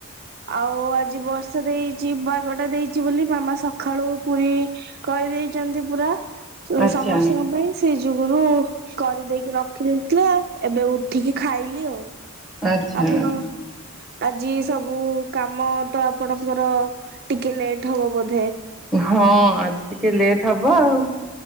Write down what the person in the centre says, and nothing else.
ଆଚ୍ଛା
ଆଚ୍ଛା।
ହଁ ଆଜି ଟିକେ ଲେଟ ହବ ଆଉ।